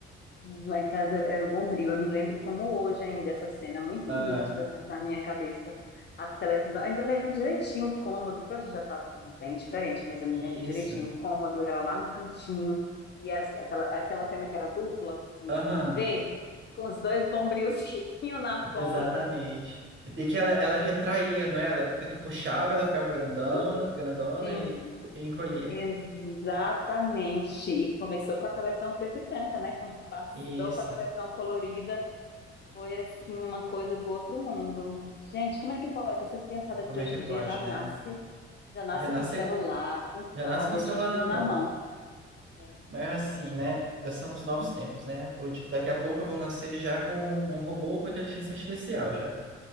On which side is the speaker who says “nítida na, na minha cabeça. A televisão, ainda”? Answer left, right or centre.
Left